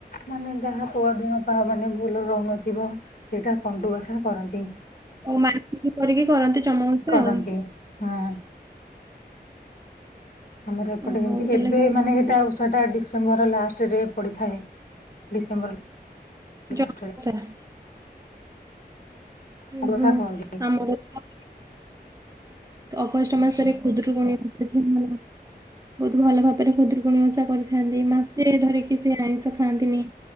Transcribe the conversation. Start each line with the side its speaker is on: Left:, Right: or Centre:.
Left: ମାନେ ଯାହା ପୁଅ ଦିଅ ବା ମାନେ ଭୁଲ୍ ରହୁନଥିବ ସେଇଟା କଣ୍ଡୁକସା କରନ୍ତି।
Right: ଆଉ ମାନସିକ କରିକି କରନ୍ତି ଜମା ଓଷା
Left: କରନ୍ତି
Right: ଆଉ
Left: ହୁଁ। ଆମର ଏପଟେ
Right: ଓହୋ
Left: ଯେମିତି
Right: ତାହେଲେ
Left: ଏବେ
Right: ବହୁତ
Left: ମାନେ ଏଇଟା ଓ ଛଟା ଡିସେମ୍ବର ଲାଷ୍ଟ ରେ ପଡିଥାଏ ଡିସେମ୍ବର ଲାଷ୍ଟରେ
Right: ଜପ୍ ସେନା। ହଁ
Left: ଷା କୁହନ୍ତିନି।
Right: ଆମର ତ ଅଗଷ୍ଟ ମାସରେ ଖୁଦୁରୁକୁଣୀ <unintelligible> ବହୁତ୍ ଭଲ ଭାବରେ ଖୁଦୁରୁକୁଣୀ ଓସା କରିଥାନ୍ତି ମାସେ ଧରିକି ସେ ଆଇଁଷ ଖାଆନ୍ତିନି।